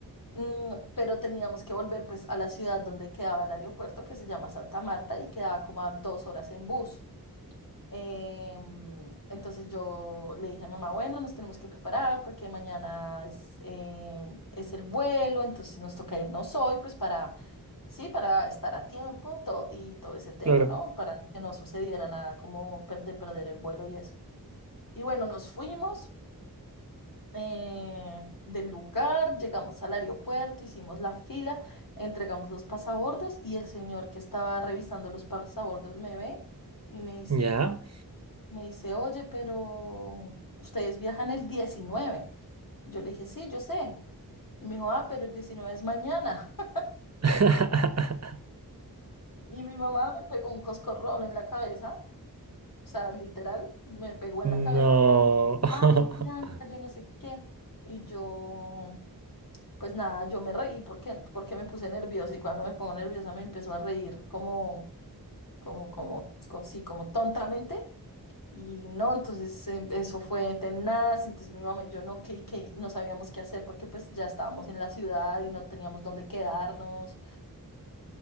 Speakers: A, on the left; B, on the right.
A: Mm, pero teníamos que volver pues a la ciudad donde quedaba el aeropuerto, que se llama Santa Marta, y quedaba como a dos horas en bus. Em, entonces yo le dije a mamá, bueno, nos tenemos que preparar porque mañana es, em, es el vuelo, entonces nos toca irnos hoy, pues para, sí, para estar a tiempo todo, y todo ese tema,
B: Claro.
A: ¿no? Para que no sucediera nada como per- de perder el vuelo y eso. Y bueno, nos fuimos eh, del lugar, llegamos al aeropuerto, hicimos la fila, entregamos los pasabordos y el señor que estaba revisando los pasabordos me ve y me dice...
B: ¿Ya?
A: Me dice, oye, pero ustedes viajan el 19. Y yo le dije, sí, yo sé. Y me dijo, ah, pero el 19 es mañana. <laughs>
B: <laughs>
A: Y mi mamá me pegó un coscorrón en la cabeza, o sea, literal, me pegó en
B: No.
A: la cabeza.
B: <laughs>
A: Ay, Bianca, yo no sé qué. Y yo, pues nada, yo me reí porque, porque me puse nerviosa. Y cuando me pongo nerviosa me empezó a reír como, como, como, como, sí, como tontamente. Y no, entonces em, eso fue tenaz, entonces mi mamá y yo no, que, que no sabíamos qué hacer porque pues ya estábamos en la ciudad y no teníamos dónde quedarnos